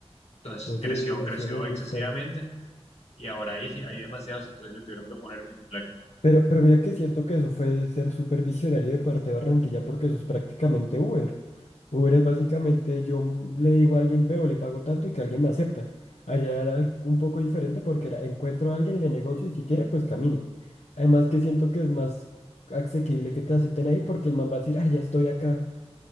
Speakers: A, on the left; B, on the left.
A: Entonces
B: Oye,
A: creció, creció
B: eso me gusta.
A: excesivamente y ahora hay, <laughs> hay demasiados, entonces le tuvieron que poner pico y placa.
B: Pero, pero mira que siento que eso fue de ser súper visionario de parte de Barranquilla porque eso es prácticamente Uber. Uber es básicamente yo mm, le digo a alguien, veo, le pago tanto y que alguien me acepta. Allá era un poco diferente porque era, encuentro a alguien, le negocio y si quiere, pues camine. Además que siento que es más asequible que te acepten ahí porque el man va a decir, ah, ya estoy acá,